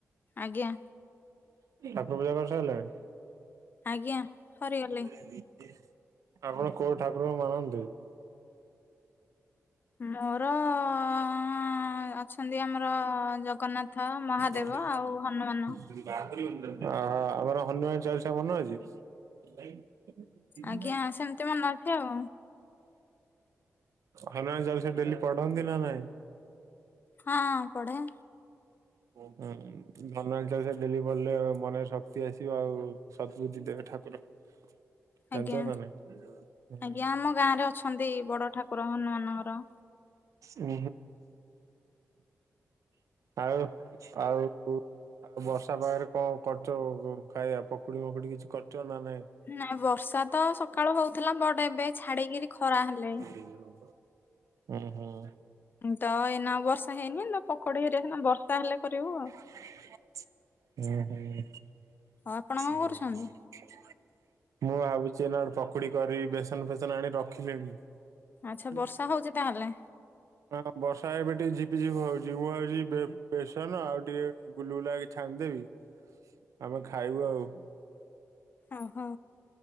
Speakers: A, on the left; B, on the right.
A: ଆଜ୍ଞା
B: ଠାକୁର ପୂଜା କରିସାରିଲେଣି?
A: ଆଜ୍ଞା। ସରିଗଲି
B: ମୁଁ ବୋଇଲେ ରିତେଶ। ଆପଣ କୋଉ ଠାକୁରଙ୍କୁ ମାନନ୍ତି?
A: ମୋର ହ ଅଁ ଅଁ ଅଁ ଅଛନ୍ତି। ଆମର ଜଗନ୍ନାଥ, ମହାଦେବ
B: ଓହୋ
A: ଆଉ ହନୁମାନ।
B: ଆମର ହନୁମାନ ଚାଳିଶା ମନେ ଅଛି? <unintelligible> ଉହୁଁ
A: ଆଜ୍ଞା ସେମିତି ମନେ ଅଛି ଆଉ
B: ହନୁମାନ ଚାଲିସା ଡେଲି ପଢନ୍ତି ନା ନାଇଁ?
A: ହଁ ପଢ଼େ।
B: ଓ <unintelligible> ହନୁମାନ ଚାଲିଷା ଡେଲି ପଢିଲେ ମନରେ ଶକ୍ତି ଆସିବ। ଆଉ ସଦବୁଧି ଦେବେ ଠାକୁର। <inaudible> ଜାଣିଛ
A: ଆଜ୍ଞା‌,
B: ନା ନାଇଁ? ଉଁ
A: ଆଜ୍ଞା ଆମ ଗାଁ ରେ ଅଛନ୍ତି ବଡ ଠାକୁର ହନୁମାନଙ୍କର।
B: <unintelligible> ଉହୁଁ। ଆଉ ଆଉ ବର୍ଷା ପାଗରେ କଣ କରିଚ ଖାଇବା? ପକୁଡି ଫକୁଡି କିଛି କରିଛ ନା ନାଇଁ?
A: ନା ବର୍ଷା ତ ସକାଳୁ ହଉଥିଲା ବଟ ଏବେ ଛାଡିକିରି ଖରା ହେଲେଣି।
B: ଏ ରଙ୍ଗ। ହୁଁ ହୁଁ।
A: ତ ଏଇନା ବର୍ଷା ହେଇନି ନ ପକୋଡି ହେରା ବତ୍ରା ହେଲେ କରିବୁ ଆଉ।
B: <unintelligible> ହୁଁ ହୁଁ <unintelligible> <unintelligible>
A: ଆଉ ଆପଣ କଣ କରୁଛନ୍ତି?
B: ମୁଁ ଭାବୁଛି ଏ ନା ଗୋଟେ ପକୁଡି କରିବି, ବେସନ ଫେସନ ଆଣି ରଖିଲିଣି।
A: ଆଚ୍ଛା
B: <unintelligible>
A: ବର୍ଷା ହଉଛି ତାହେଲେ
B: ହଁ ବର୍ଷା ଏବେ ଟିକେ ଝିପିଝପି ହଉଛି, ମୁଁ ଭାବୁଛି ବେ ବେସନ ଆଉ ଟିକେ ଗୁଲୁଗୁଲା ଏ ଛାଡିଦେବି, ଆମେ ଖାଇବୁ ଆଉ।
A: ଓହୋ